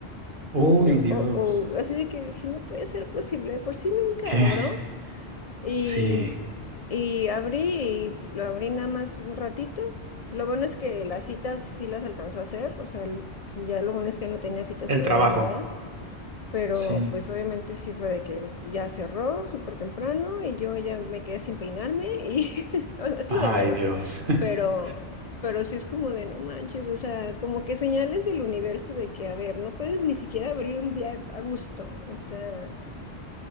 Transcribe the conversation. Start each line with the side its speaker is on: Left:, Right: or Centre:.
Right: Uy,
Left: Y yo,
Right: Dios.
Left: oh, oh, así de que dije, no puede ser posible, de por sí nunca
Right: ¿Qué?
Left: abro.
Right: <laughs>
Left: Y,
Right: Sí,
Left: y abrí, y lo abrí nada más un ratito. Lo bueno es que las citas sí las alcanzó a hacer, o sea, el- ya lo bueno es que no tenía citas
Right: el
Left: programadas.
Right: trabajo.
Left: Pero
Right: Sí.
Left: pues obviamente sí fue de que ya cerró súper temprano y yo ya me quedé sin peinarme y <laughs> o sea, es
Right: Ay,
Left: lo de menos.
Right: Dios. <laughs>
Left: Pero, pero sí es como de no manches, o sea, como que señales del universo de que, a ver, no puedes ni siquiera abrir un día a gusto. O sea,